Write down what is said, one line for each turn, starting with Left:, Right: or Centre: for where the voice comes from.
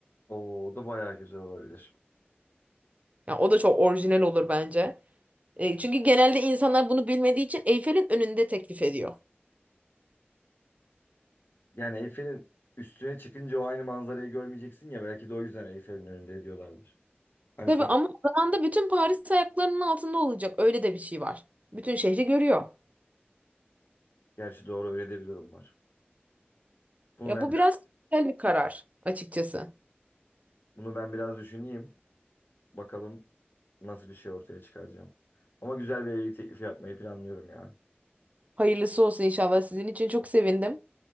Left: O da bayağı güzel olabilir.
Right: Ya o da çok orijinal olur bence. E, çünkü genelde insanlar bunu bilmediği için Eyfel'in önünde teklif ediyor.
Left: Yani Eyfel'in üstüne çıkınca o aynı manzarayı görmeyeceksin ya belki de o yüzden Eyfel'in önünde diyorlardır. Hani
Right: Tabii
Left: son
Right: ama o zaman da bütün Paris ayaklarının altında olacak. Öyle de bir şey var. Bütün şehri görüyor.
Left: gerçi doğru öyle de bir durum var. Bunu
Right: Ya
Left: ben
Right: bu biraz güzel bir karar açıkçası.
Left: bunu ben biraz düşüneyim. Bakalım nasıl bir şey ortaya çıkaracağım. Ama güzel bir evlilik teklifi yapmayı planlıyorum ya.
Right: Hayırlısı olsun inşallah sizin için çok sevindim.